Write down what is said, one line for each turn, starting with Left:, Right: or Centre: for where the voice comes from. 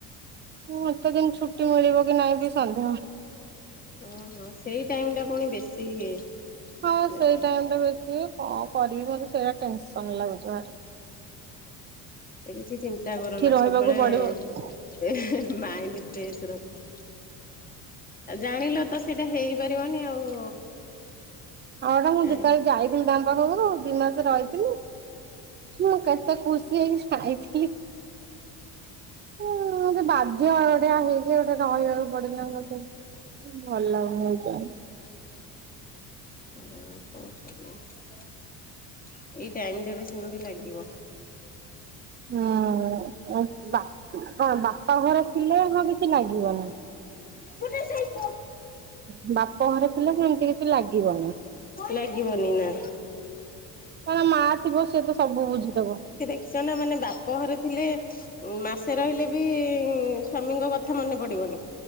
Right: ମୋତେ ଜେମିତି ଛୁଟି ମିଳିବ କି ନାଇଁ ବି ସନ୍ଧେୟ?
Left: ଅ ହଁ ସେଇ ଟାଇମ ଟା ପୁଣି ବେଶୀ ଇଏ
Right: ହଁ
Left: ଲାଗିବ।
Right: ସେଇ ଟାଇମ ଟା ବଛି କଣ କରିବି ମତେ ସେଇଟା ଟେନସନ ଲାଗୁଛି ଭାରି।
Left: ଏ କିଛି ଚିନ୍ତା କରନା
Right: ଏଠି ରହିବାକୁ
Left: ସବୁବେଳେ
Right: ପଡିବ ହଁ
Left: ମାଇଣ୍ଡି ଫ୍ରେସ୍ ରଖ ଜାଣିଲ ତ ସେ ସେଇଟା ହେଇପାରିବନି ଆଉ।
Right: ହଟା ମୁଁ
Left: କାଳେ
Right: ଯେତେବେଳେ ଯାଇଥିଲି ତାଙ୍କ ପାଖକୁ ଦି ମାସେ ରହିଥିଲି। ମୁଁ କେତେ ଖୁସି ହେଇକି ଯାଇଥିଲି। ଉୁଁ ଗୋଟେ ବାଧ୍ୟ ଟିଆ ହେଇକି ଗୋଟେ ରହିବାକୁ ପଡିଲା <unintelligible> ଭଲ ଲାଗୁନି ଏଯା ଏ।
Left: ହୁଁ କଣ କରିବା ଏଇ ଟାଇମଟାରେ ସେମିତି ଲାଗିବ।
Right: ହୁଁ ବା କଣ ବାପା ଘରେ ଥିଲେ ହଁ କିଛି ଲାଗିବନି।
Left: ଗୋଟେ ସେଇ
Right: ହୁଁ ବାପ ଘରେ ଥିଲେ ସେମିତି କିଛି ଲାଗିବନି।
Left: ଲାଗିବନି ନା।
Right: କଣ ମା ଥିବ ସିଏ ତ ସବୁ ବୁଝିଦବ।
Left: ସେ ନା ମାନେ ବାପ ଘରେ ଥିଲେ ଉ ମାସେ ରହିଲେ ବି ସ୍ଵାମୀଙ୍କ କଥା ମନେ ପଡିବନି।